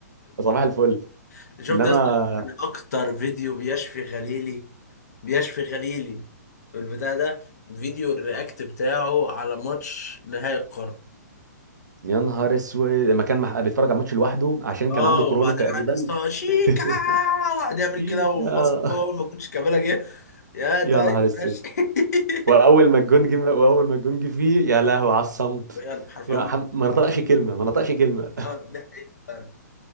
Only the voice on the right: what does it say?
صباح الفل
انما
يا نهار اسود لما كان مح- بيتفرج على ماتش لوحده عشان
كان عنده
كورونا تقريبا
<laughs>
شيكا
يا
نهار اسود
واول ما الجون جه واول ما الجون جه فيه يا لهوي على الصمت
يا
حم... ما
نطقش كلمه ما نطقش كلمه